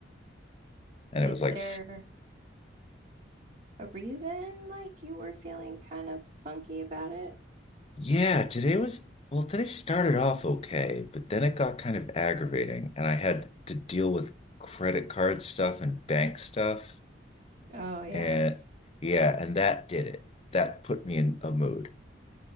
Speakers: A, on the left; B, on the right.
A: And
B: Is
A: it was like,
B: there a reason like you were feeling kind of funky about it?
A: yeah, today was, well, today started off okay, but then it got kind of aggravating and I had to deal with credit card stuff and bank stuff.
B: Oh, yeah.
A: And yeah, and that did it. That put me in a mood,